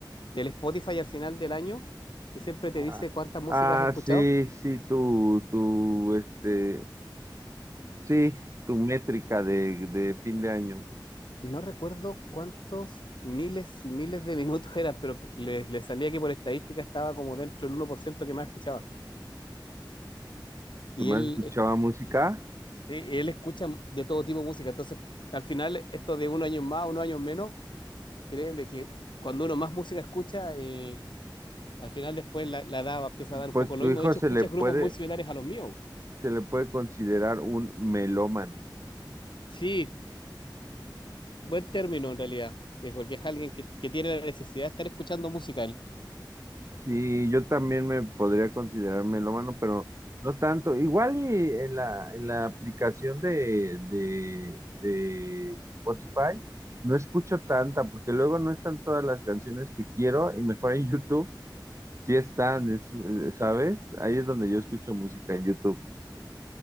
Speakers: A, on the left; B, on the right.
A: del Spotify al final del año, que siempre te
B: Ah,
A: dice cuánta música
B: ah,
A: has escuchado.
B: sí, sí, tu, tu, este, Sí, tu métrica de, de fin de año,
A: No recuerdo cuántos miles y miles de minutos <laughs> eran, pero que le, le salía que por estadística estaba como dentro del uno por ciento que más escuchaba. Y
B: que más
A: él,
B: escuchaba
A: es-
B: música,
A: sí, él escucha de todo tipo de música. Entonces, al final, esto de unos años más, unos años menos créeme que cuando uno más música escucha, eh, al final después la, la edad va- empieza a dar un
B: pues
A: poco lo
B: tu
A: mismo.
B: hijo
A: De hecho,
B: se
A: escuchas
B: le puede,
A: grupos muy similares a los míos.
B: se le puede considerar un melómano.
A: Sí, buen término en realidad, eh, porque es alguien que, que tiene la necesidad de estar escuchando música en,
B: Sí, yo también me podría considerar melómano, pero no tanto. Igual y en la, en la aplicación de, de, de Spotify no escucho tanta, porque luego no están todas las canciones que quiero, y mejor en YouTube sí están, es- eh, ¿sabes? Ahí es donde yo escucho música en YouTube.